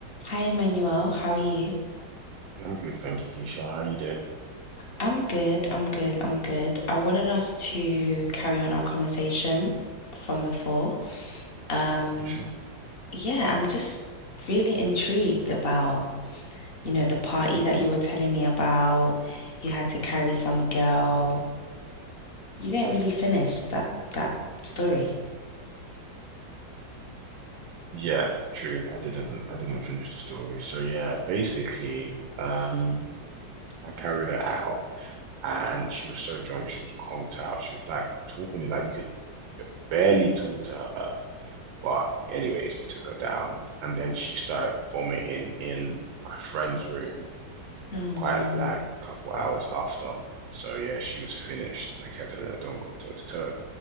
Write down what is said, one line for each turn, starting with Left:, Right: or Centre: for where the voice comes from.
Left: Hi, Emmanuel. How are you?
Right: I'm good, thank you, Keisha. How you doing?
Left: I'm good. I'm good. I'm good. I wanted us to carry on our conversation from before. Um,
Right: Yeah, sure.
Left: yeah, I'm just really intrigued about, you know, the party that you were telling me about. You had to carry some girl. You didn't really finish that that story.
Right: Yeah, true. I didn't I didn't finish the story. So yeah, basically, um, I carried her out and she was so drunk, she was conked out. She was like talking like you could barely talk to her. But anyways, we took her down and then she started vomiting in my friend's room
Left: Oh no.
Right: quite like a couple hours after. So yeah, she was finished and I kept telling her don't go toe to toe.